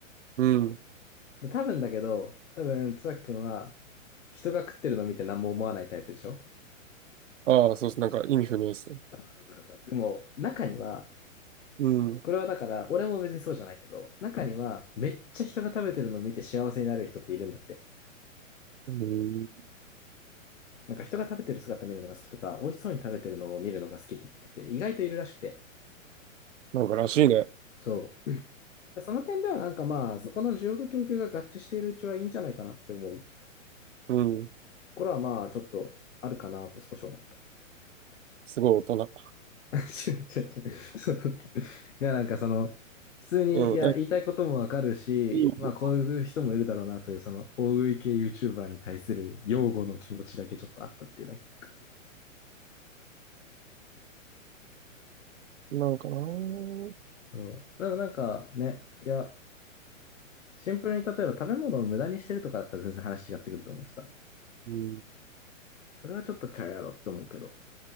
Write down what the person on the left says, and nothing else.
で多分だけど、多分、つわきくんは人が食ってるのを見て何も思わないタイプでしょ
わかるわかるわかるでも、中には、
これはだから、俺も別にそうじゃないけど、中にはめっちゃ人が食べてるのを見て幸せになる人っているんだって。
なんか人が食べてる姿見るのが好きとか、美味しそうに食べてるのを見るのが好きって言ったって意外といるらしくて。
そう。その点ではなんかまあ、そこの需要と供給が合致しているうちはいいんじゃないかなって思う。
これはまあ、ちょっとあるかなと少し思う。
<laughs> 違う違う違う。そのいや、なんかその、普通に、
いや、
言いたいこともわかるし、
まあ、
こういう人もいるだろうなという、その、大食い系 YouTuber に対する擁護の気持ちだけちょっとあったっていうだけ。
そう。でもなんかね、いや、シンプルに例えば食べ物を無駄にしてるとかだったら全然話違ってくると思うしさ。
それはちょっとちゃうやろって思うけど。